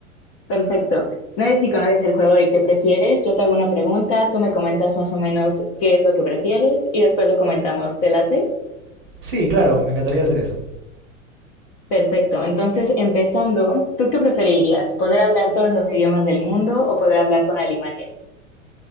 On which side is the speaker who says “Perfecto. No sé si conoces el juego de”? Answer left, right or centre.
Left